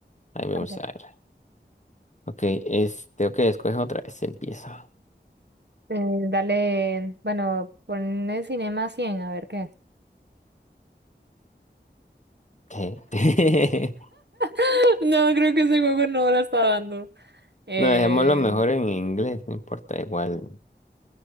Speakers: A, on the left; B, on the right.
A: Ahí vamos
B: ok,
A: a ver. Ok, este, ok, escoge otra vez, empieza.
B: eh, dale, bueno, pon el Cinema 100 a ver qué.
A: Ok. <laughs>
B: <laughs> No, creo que ese juego no la está dando. Eh,
A: No, dejémoslo mejor en inglés, no importa, igual,